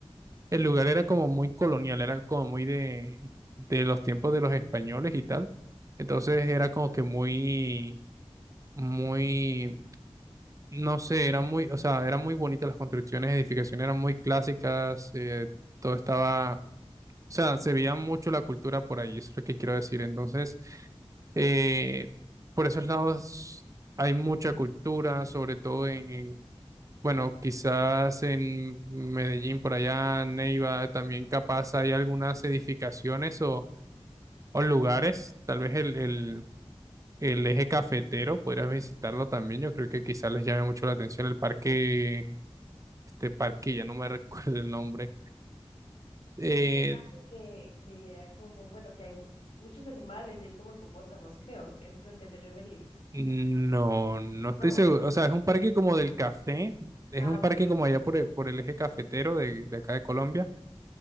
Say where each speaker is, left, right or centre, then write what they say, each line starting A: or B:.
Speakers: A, on the right; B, on the left.
A: El lugar era como muy colonial, era como muy de, de los tiempos de los españoles y tal. Entonces era como que muy, muy, no sé, era muy, o sea, eran muy bonitas las construcciones, edificaciones eran muy clásicas, eh, todo estaba o sea, se veía mucho la cultura por ahí, eso es lo que quiero decir. Entonces, eh, por esos lados hay mucha cultura, sobre todo en, en, bueno, quizás en Medellín, por allá, Neiva, también capaz hay algunas edificaciones o, o lugares, tal vez el, el, el eje cafetero, podrías visitarlo también, yo creo que quizás les llame mucho la atención el parque, este parque, ya no me <laughs> recuerdo el nombre. Eh,
B: Este parque que, que era como, bueno, que hay muchos animales y hay como hipopótamos, creo. ¿Ese es el que te referís?
A: No, no
B: No.
A: estoy seguro. O sea, es un parque como del café. Es
B: Ah,
A: un
B: ok.
A: parque como allá por el, por el eje cafetero de, de acá de Colombia.